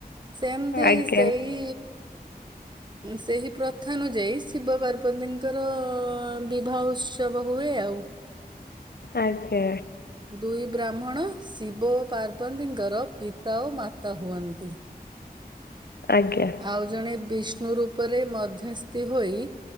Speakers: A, on the right; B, on the left.
A: ସେମତି
B: ଆଜ୍ଞା
A: ସେଇ ସେହି ପ୍ରଥାନୁଯାୟୀ ଶିବ ପାର୍ବତୀଙ୍କର ବିବାହ ଉତ୍ସ ତ୍ସବ ହୁଏ ଆଉ।
B: ଆଜ୍ଞା।
A: ଦୁଇ ବ୍ରାହ୍ମଣ ଶିବ ଓ ପାର୍ବତୀଙ୍କର ପିତା ଓ ମାତା ହୁଅନ୍ତି।
B: ଆଜ୍ଞା।
A: ଆଉ ଜଣେ ବିଷ୍ଣୁ ରୂପରେ ମଧ୍ୟସ୍ଥି ହୋଇ